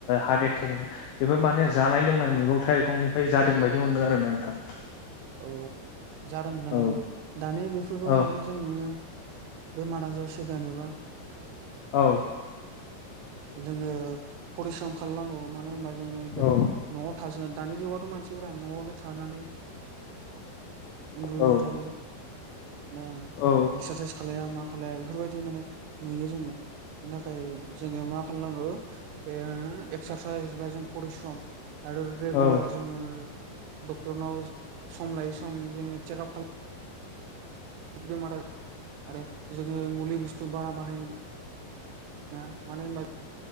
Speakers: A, on the left; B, on the right.
A: हार्ट एटेक बेफोर माने जानाय लोंनाय मैगं
B: औ
A: थाइगंनिफ्राय जादों बायदि मोनदों आरो ना नोंथां
B: औ जादों जानाय
A: औ
B: दानि बेफोरखौ
A: औ
B: माने जोङो। बेमार आजार सोखानोबा
A: औ
B: जोङो फरिस्रम खालामनांगौ मानो होनबा जोङो बे
A: औ
B: न'आव थासो दानि जुगावथ' मानसिफोरा न'आवनो थानानै उन्दु
A: औ
B: उन्दु थायो। दा
A: औ
B: एक्सारसाइस खालाया मा खालाया बेफोरबायदि माने नुयो जोङो बिनि थाखाय जोङो मा खालामनांगौ एक्सारसाइस बा जों परिस्रम आरो रेगुलार
A: औ
B: जोङो डक्टरनाव सम लायै सम जोङो चेकआप खालाम बेमार आरो जोङो मुलि बुस्थु बारा बाहायनो नाङा मानो होनबा